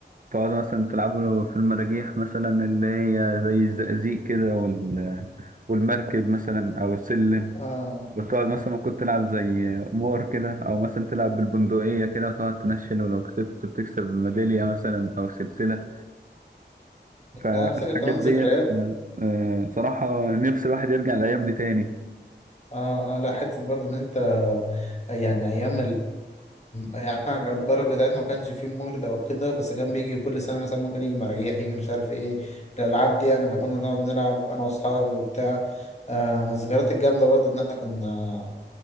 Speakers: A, on the right (about 45°); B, on the left (about 35°).
A: تقعدوا مثلا تلعبوا في المراجيح مثلا اللي هي زي الزقازيق كده وال... والمركب مثلا أو السلم
B: آه.
A: وتقعد مثلا
B: آه.
A: ممكن تلعب زي قمار كده أو مثلا تلعب بالبندقية كده وتقعد تنشل ولو كسبت بتكسب ميدالية مثلا أو سلسلة فالحاجات
B: لا انا فاكر كمان
A: ديت
B: ذكريات
A: آه، صراحة نفس الواحد يرجع الأيام دي تاني
B: اه اه لا حتة برضه ان انت يعني ايام يعني احنا البلد بتاعتنا ما كانش فيه مولد او كده بس كان بيجي كل سنه مثلا ممكن يجي مراجيح يجي مش عارف ايه الالعاب دي يعني فكنا نقعد نلعب انا واصحابي وبتاع آه من الذكريات الجامده برضه ان احنا كنا